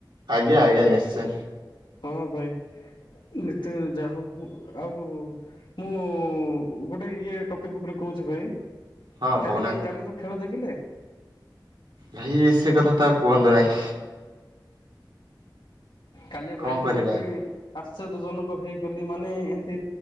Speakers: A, on the right; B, on the left.
A: ଆଜ୍ଞା ଆଜ୍ଞା ନିଶ୍ଚୟ।
B: ହଁ ଭାଇ ନିତ୍ୟ ଯା ହଉ ଆଉ ମୁଁ ଗୋଟେ ଇଏ ଟପିକ ଉପରେ କହୁଛି ଭାଇ।
A: ହଁ
B: କାଲି
A: କହୁନାହାନ୍ତି।
B: କି କାଲିର ଖେଳ ଦେଖିଲେ?
A: ଭାଇ ସେ କଥା ତ ଆଉ କୁହନ୍ତୁ ନାହିଁ।
B: କାଲି ଭାଇ
A: କଣ କରିବା
B: ମୁଁ ବି ଆଶ୍ଚର୍ଯ୍ୟଜନକ ହେଇଗଲି ମାନେ ଏମତି